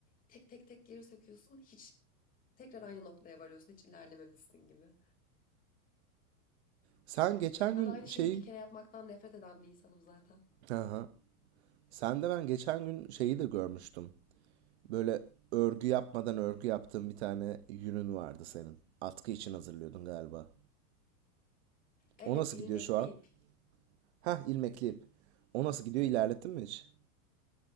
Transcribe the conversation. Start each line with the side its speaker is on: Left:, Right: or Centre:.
Left: tek tek tek geri söküyorsun. Hiç tekrar aynı noktaya varıyorsun. Hiç ilerlememişsin gibi.
Right: Sen geçen
Left: Ki ben
Right: gün
Left: aynı
Right: şeyi...
Left: şeyi iki kere yapmaktan nefret eden bir insanım zaten.
Right: Aha. Sen de ben geçen gün şeyi de görmüştüm. Böyle örgü yapmadan örgü yaptığın bir tane yünün vardı senin. Atkı için hazırlıyordun galiba.
Left: Evet,
Right: O nasıl
Left: ilmekli
Right: gidiyor şu an?
Left: ip.
Right: Hah ilmekli ip. O nasıl gidiyor ilerlettin mi hiç?